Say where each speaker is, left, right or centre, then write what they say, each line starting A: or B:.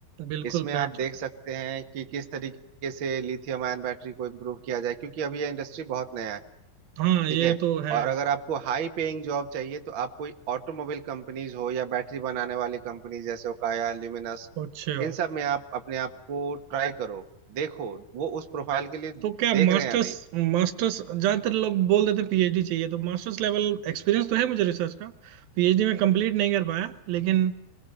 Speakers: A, on the right; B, on the right.
A: बिल्कुल
B: इसमें
A: बैठ
B: आप देख सकते हैं कि किस तरीके से लिथियम आयन बैटरी को इम्प्रूव किया जाए क्योंकि अभी ये इंडस्ट्री बहुत नया है
A: हाँ ये
B: ठीक है
A: तो है
B: और अगर आपको हाई पेइंग जॉब चाहिए तो आप कोई ऑटोमोबाइल कंपनीज हो या बैटरी बनाने वाली कंपनीज जैसे ओकाया ल्यूमिनस
A: अच्छा
B: इन सब में आप अपने आप को ट्राई करो देखो वो उस प्रोफाइल के लिए
A: तो क्या
B: देख
A: मास्टर्स
B: रहे हैं या नहीं
A: मास्टर्स ज्यादातर लोग बोल देते हैं पीएचडी चाहिए तो मास्टर्स लेवल एक्सपीरियंस तो है मुझे रिसर्च का पीएचडी में कंप्लीट नहीं कर पाया लेकिन